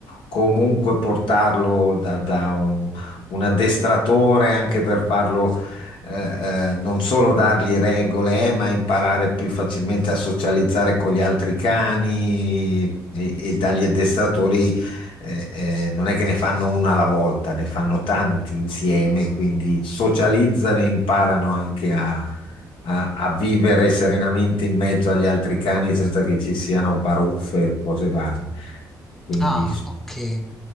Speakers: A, on the left; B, in the centre.
A: comunque portarlo da, da un, un addestratore anche per farlo. eh, eh, non solo dargli regole, eh, ma imparare più facilmente a socializzare con gli altri cani e, e dagli addestratori eh, eh, non è che ne fanno una alla volta, ne fanno tanti insieme, quindi socializzano e imparano anche a, a- a vivere serenamente in mezzo agli altri cani senza che ci siano baruffe o cose varie. Quindi
B: Ah, ok. Eh,